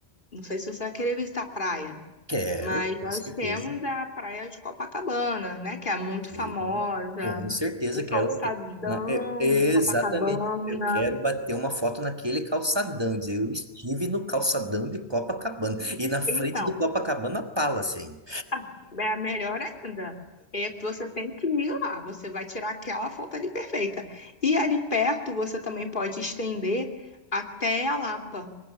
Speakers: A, on the left (about 50°); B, on the right (about 25°).
A: Não sei se você vai querer visitar a praia.
B: Quero,
A: Mas nós
B: com certeza.
A: temos a Praia de Copacabana, né, que é muito
B: Sim,
A: famosa,
B: com certeza
A: o
B: quero.
A: calçadão
B: que- na- é- é
A: de Copacabana.
B: exatamente, eu quero bater uma foto naquele calçadão, dizer, eu estive no calçadão de Copacabana e na frente
A: Então,
B: do Copacabana Palace ainda.
A: <laughs> a- é a melhor ainda. É, que você tem que ir lá, você vai tirar aquela foto ali perfeita. E ali perto você também pode estender até a Lapa,